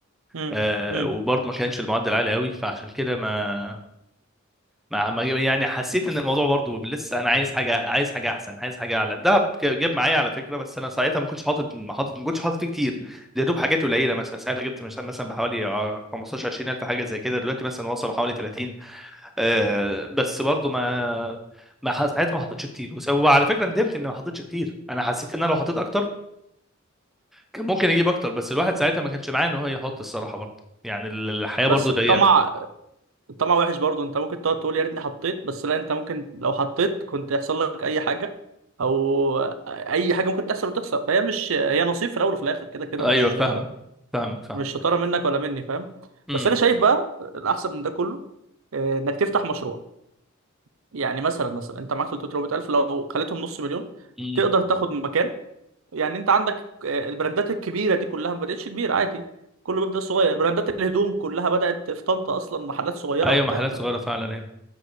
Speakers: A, on the right; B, in the centre.
A: امم
B: آه،
A: امم
B: وبرضه ما كانش المعدل عالي قوي فعشان كده ما ما ما- يعني حسيت ان الموضوع برضه لسه انا عايز حاجه عايز حاجه احسن عايز حاجه اعلى الدهب ك- جاب معايا على فكره بس انا ساعتها ما كنتش حاطط ما حاطط ما كنتش حاطط فيه كتير ده يا دوب حاجات قليله مثلا ساعتها جبت مثلا مثلا بحوالي آه، 15 20 الف حاجه زي كده دلوقتي مثلا وصلوا حوالي 30 آه بس برضو ما ما ح- ساعتها ما حطيتش كتير وس- وعلى فكره ندمت اني ما حطيتش كتير انا حسيت ان انا لو حطيت اكتر كان ممكن اجيب اكتر بس الواحد ساعتها ما كانش معاه ان هو يحط الصراحه برضو يعني ال- الحياه
A: بس
B: برضو ضيقه
A: الطمع الطمع وحش برضو انت ممكن تقعد تقول يا ريتني حطيت بس لا انت ممكن لو حطيت كنت يحصل لك اي حاجه او اي حاجه ممكن تحصل وتخسر فهي مش هي نصيب في الاول وفي الاخر كده كده
B: ايوه
A: مش
B: فاهمك فاهمك فاهمك
A: مش شطاره منك ولا مني فاهم
B: امم
A: بس انا شايف بقى الاحسن من ده كله آه، انك تفتح مشروع يعني مثلا مثلا انت معاك 300000 لو خليتهم نص مليون
B: امم
A: تقدر تاخد مكان يعني انت عندك آه، البراندات الكبيره دي كلها ما بداتش كبيره عادي كله بيبدا صغير براندات الهدوم كلها بدات في طنطا اصلا محلات صغيره
B: ايوه
A: وبتاع
B: محلات صغيره فعلا ايوه